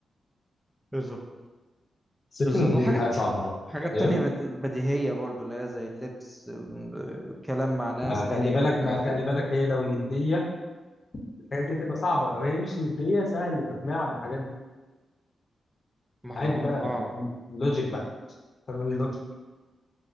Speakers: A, in the centre; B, on the left (about 50°).
A: بالظبط
B: الست
A: بالظبط
B: الندية
A: وحاجات
B: دي حاجة صعبة أوي
A: حاجات
B: ايه
A: تانية بد- بديهية برضو اللي هي زي اللبس ال- والكلام مع ناس
B: ما
A: تانية
B: خلي بالك
A: والحاجات
B: ما خلي
A: دي
B: بالك هي لو ندية الحاجات دي تبقى صعبة لو هي مش ندية سهل تقنعها بالحاجات دي
A: ما
B: عادي بقى
A: اه
B: لوجيك بقى فاهم اللوجيك